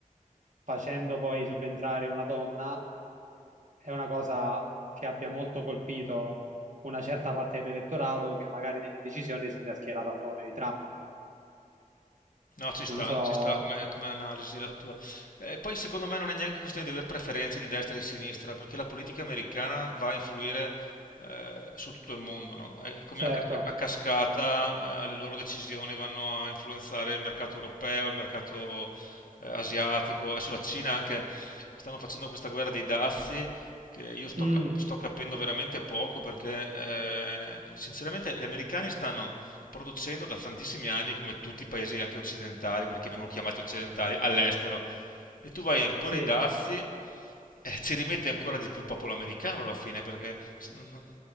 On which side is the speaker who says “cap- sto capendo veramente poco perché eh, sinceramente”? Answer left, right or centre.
Left